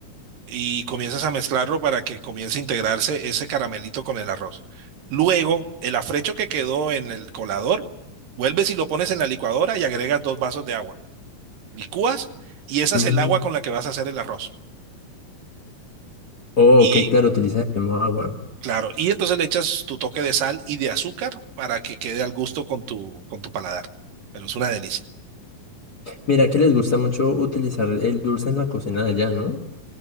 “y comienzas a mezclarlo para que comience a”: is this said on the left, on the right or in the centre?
Right